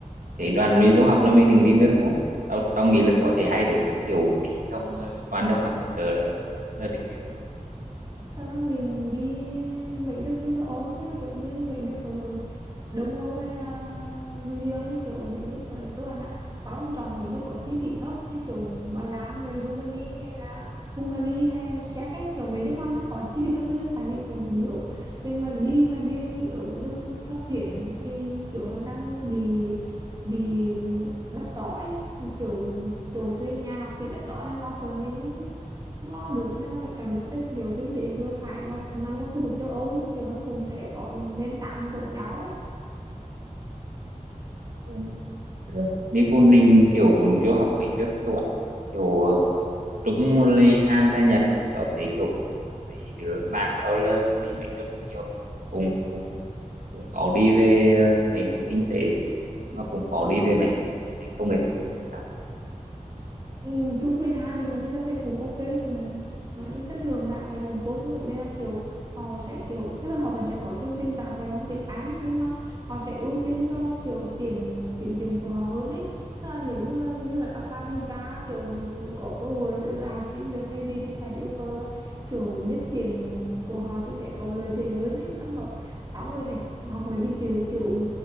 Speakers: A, on the right; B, on the right.
A: cái đoàn mình du học là mình định đi nước ngố tao tao nghĩ là có thể hai đứa cái kiểu đi xong ờ, qua nước ngoài hỗ trợ được ạ là định đi nước ngố
B: Tao đang định đi mấy nước bên châu Âu thôi kiểu như mấy nước ở Đông Âu hay là gì gì đó như kiểu mấy nước ở cơ bản là tao đang chọn mấy nước có chi phí thấp như kiểu Ba Lan rồi Rumani hay là Hungary hay là Séc ấy kiểu mấy nước mà nó có chi phí thấp hơn tại vì cũng kiểu mình mà đi mà đi ở mấy nước phát triển thì kiểu hắn đang bị bị đắt đỏ ấy kiểu chủ thuê nhà học phí đắt đỏ nên tao sợ là mình không lo được cho nên ta phải chọn đất nước kiểu kinh tế vừa phải mà cũng nằm trong khu vực châu Âu kiểu hắn cùng sẽ có những nền tảng giống nhau ấy
A: ừ. Nếu cô định kiểu du học mấy nước châu Á kiểu trúng ly han ra Nhật á tao thấy kiểu mấy đứa bạn tao là đi mấy nước nữa nhiều lắm cùng cùng cũng có đi về ờ, mấy ngành kinh tế mà cũng có đi về mấy ngành công nghệ thông tin kiểu tao
B: Ừ, chung với hai bên Nhật thì ta thấy cũng ok cũng nói chung chất lượng giảng dạy cũng tốt nhưng mà đây là kiểu họ sẽ kiểu tức là họ vẫn sẽ có chương trình giảng dạy bằng tiếng Anh nhưng mà họ sẽ ưu tiên cho kiểu tiếng tiếng tiếng của họ hơn ấy tức là nếu như mà mình muốn apply visa kiểu muốn có cơ hội ở lại xin việc hay gì thì phải yêu cầu là kiểu biết tiếng của họ thì sẽ có lợi thế hơn ấy mà trong đó tao này này, học mấy cái chữ mà kiểu